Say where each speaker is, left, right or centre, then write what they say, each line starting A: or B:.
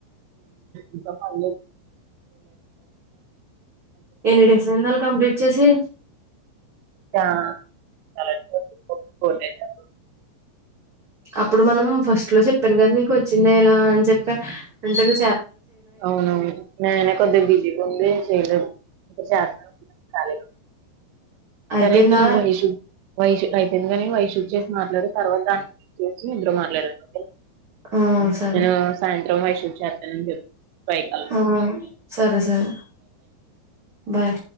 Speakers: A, on the right; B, on the right.
A: ఇంకా పడలేదు
B: ఎన్ని డేస్ అయింది ఆళ్ళు కంప్లీట్ చేసి
A: చ <unintelligible> ఒప్పుకోలేదు
B: అప్పుడు మనం ఫస్ట్ లో చెప్పాం కదా నీకు వచ్చిందా ఎలా అని చెప్పి వెంటనే
A: అవునవును నేనే కొద్దిగా బిజీ గుండి చేయలేం చేద్దాం కాల్
B: అయిపోయిందా
A: సరే అయితే నువ్వు వైషు వైషు అయిపోయింది గాని వైషు కి చేసి మాట్లాడు తర్వాత చేసి ఇద్దరు మాట్లాడండి
B: ఆ సరే
A: ఆ సాయంత్రం వైషు కి చేత్తానని చెప్పు ఫైవ్ కల్లా.
B: ఆ సరే సరే బాయ్